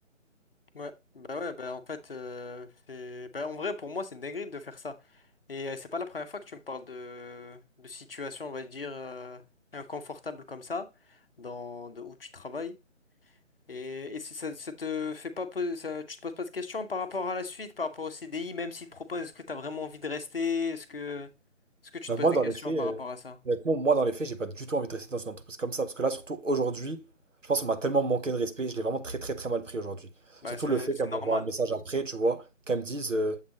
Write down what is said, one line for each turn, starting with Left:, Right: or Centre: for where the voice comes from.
Left: Ouais, bah ouais, bah en fait, euh, c'est... Bah en vrai, pour moi, c'est une dinguerie de faire ça. Et euh, c'est pas la première fois que tu me parles de, de situation, on va dire, euh, inconfortable comme ça, dans... de où tu travailles. Et, et si ça, ça te fait pas poser, ça, tu te poses pas de questions par rapport à la suite, par rapport au CDI, même s'il te propose, est-ce que tu as vraiment envie de rester? Est-ce que, est-ce que tu
Right: Bah,
Left: te poses
Right: moi,
Left: des
Right: dans
Left: questions
Right: les faits,
Left: par
Right: euh,
Left: rapport à ça?
Right: honnêtement, moi, dans les faits, j'ai pas du tout envie de rester dans une entreprise comme ça. Parce que là, surtout aujourd'hui, je pense qu'on m'a tellement manqué de respect. Je l'ai vraiment très, très, très mal pris aujourd'hui.
Left: Bah,
Right: Surtout
Left: c'est,
Right: le fait
Left: c'est
Right: qu'elle
Left: normal.
Right: m'envoie un message après, tu vois, qu'elle me dise euh,